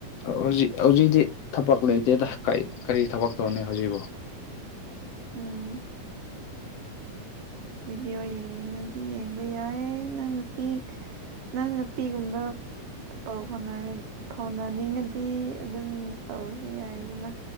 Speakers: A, on the left (about 65°); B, on the right (about 65°).
A: ꯍꯧꯖꯤꯛ ꯍꯧꯖꯤꯛꯇꯤ ꯊꯕꯛ ꯂꯩꯇꯦꯗ ꯀꯔꯤ ꯊꯕꯛ ꯇꯧꯅꯤ ꯍꯧꯖꯤꯛꯕꯨ
B: ꯎꯝ ꯚꯗꯤꯑꯣ ꯌꯦꯡꯅꯤꯡꯉꯗꯤ ꯌꯦꯡꯕ ꯌꯥꯏ ꯅꯪ ꯅꯨꯄꯤ ꯅꯪ ꯅꯨꯄꯤꯒꯨꯝꯕ ꯄꯥꯎ ꯐꯥꯎꯅ ꯐꯥꯎꯅꯅꯤꯡꯉꯗꯤ ꯑꯗꯨꯝ ꯇꯧꯔꯁꯨ ꯌꯥꯏ ꯑꯗꯨꯅ